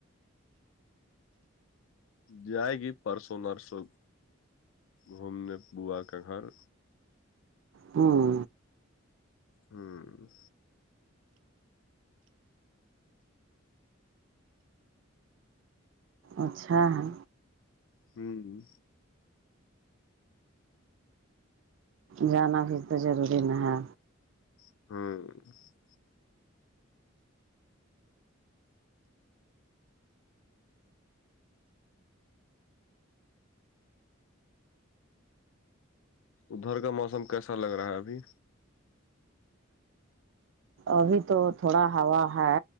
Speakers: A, on the left; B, on the right.
A: جائے گی پرسوںنر سو گھومنے با کا گھر
B: ہوں
A: ہوں
B: اچھا ہے
A: ہوں
B: جانا بھی تو ضروری نہ ہے
A: ہوں ادھر کا موسم کیسا لگ رہا ہے ابھی
B: ابھی تو تھوڑا ہوا ہے